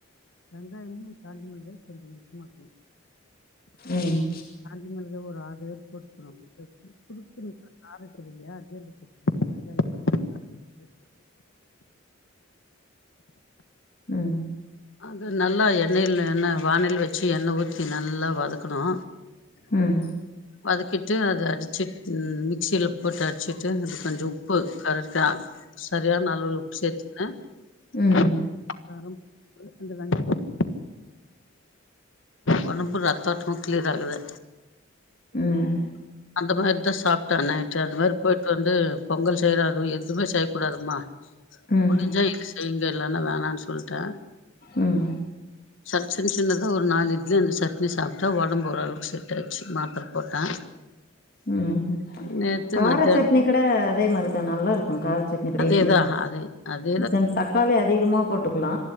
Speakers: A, on the left (about 70°); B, on the left (about 50°).
A: வெங்காயமு காஞ்ச மிளகாயு கொஞ்சோ மிச்சமா இருக்கணு
B: ம்
A: காஞ்ச மிளகா ஒரு ஆறு ஏழு போட்டுக்கணு வச்சா சுருக்குன்னு காரோ அப்படி இல்லையா அர்ஜெண்டுக்கு வெங்காயமா இருந்தா இன்னு சூப்பர்
B: ம்
A: அது நல்லா எண்ணெயில எண்ணெய் வானல் வச்சு எண்ணெய் ஊத்தி நல்லா வதக்கணு
B: ம்
A: வதக்கிட்டு அத அடிச்சு மிக்ஸில போட்டு அடிச்சிட்டு அதுக்கொஞ்சோ உப்பு கரெக்ட்டா சரியான அளவுல உப்பு சேத்துக்குன்னு
B: ம்
A: கரம் மசாலா தூளு அந்த வெங்காயம் உடம்பு ரத்தோட்டமு கிளீயர் ஆகுது
B: ம்
A: அந்த மாறிதா சாப்ட்டே நைட்டு அந்த மாறி போயிட்டு வந்து பொங்கல் சேராதோ எது எதுமே செய்ய கூடாதுமா
B: ம்
A: முடிஞ்சா இது செய்ங்க இல்லன்னா வேணானு சொல்ட்டே
B: ம்
A: சட் சின் சின்னதா ஒரு நாலு இட்லி அந்த சட்னி சாப்ட்டா ஒடம்பு ஓரளவுக்கு செட் டாச்சு மாத்ர போட்டே
B: ம்
A: நேத்து
B: கார
A: மத்தியானோ
B: சட்னி கூட அதே மாரிதா நல்லாருக்கு கார சட்னி கடயல்
A: எத அது அது
B: ரெண்ட் தக்காளி அதிகமாக போட்டுக்குலா